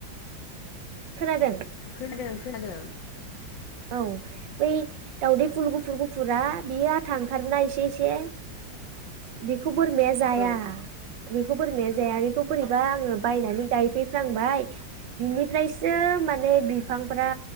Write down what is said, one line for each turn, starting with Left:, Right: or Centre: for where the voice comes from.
Right: खोनादों?
Left: खोनादों खोनादों।
Right: औ बै दावदै फुल गु गुफुर गुफुरा बियो आथा ओंखारोना एसे एसे बिख खौ बोरमाया जाया।
Left: औ
Right: बेखौ बोरैमाया जाया बेखौ बोरैबा आङो बायनानै गायफैफ्लांबाय बिनिफ्रायसो मान बे बिफांफ्रा